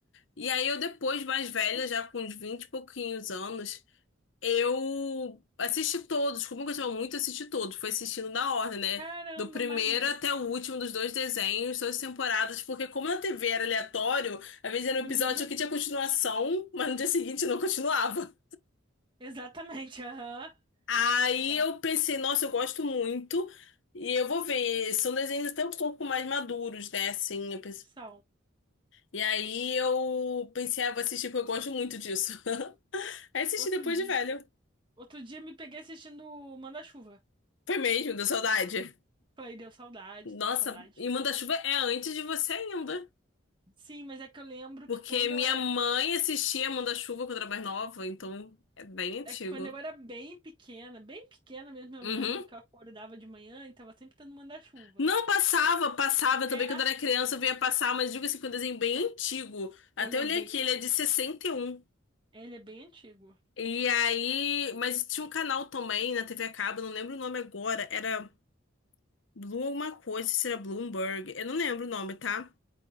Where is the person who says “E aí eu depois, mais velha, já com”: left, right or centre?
Left